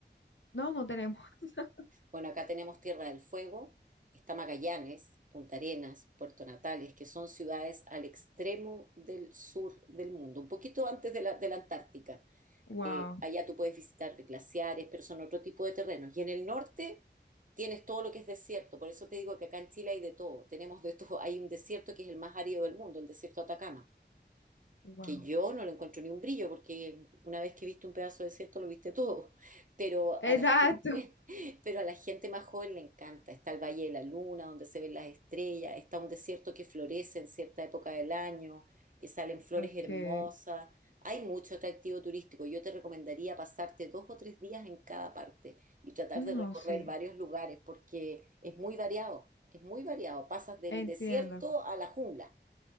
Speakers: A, on the left (about 80°); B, on the right (about 45°).
A: no, no tenemos. <laughs>
B: Bueno, acá tenemos Tierra del Fuego, está Magallanes, Punta Arenas, Puerto Natales, que son ciudades al extremo del sur del mundo, un poquito antes de la, de la Antártica.
A: Wow,
B: Eh, allá tú puedes visitar glaciares, pero son otro tipo de terrenos. Y en el norte tienes todo lo que es desierto. Por eso te digo que acá en Chile hay de todo. Tenemos de todo. Hay un desierto que es el más árido del mundo, el desierto de Atacama.
A: wow.
B: que yo no lo encuentro ni un brillo, porque una vez que viste un pedazo de desierto lo viste todo, <laughs> pero
A: Exacto.
B: a la gente, <laughs> pero a la gente más joven le encanta. Está el Valle de la Luna, donde se ven las estrellas, está un desierto que florece en cierta época del año, que salen flores
A: Ok.
B: hermosas. Hay mucho atractivo turístico. Yo te recomendaría pasarte dos o tres días en cada parte y tratar
A: No,
B: de recorrer
A: sí,
B: varios lugares, porque es muy variado, es muy variado. Pasas del
A: entiendo.
B: desierto a la jungla.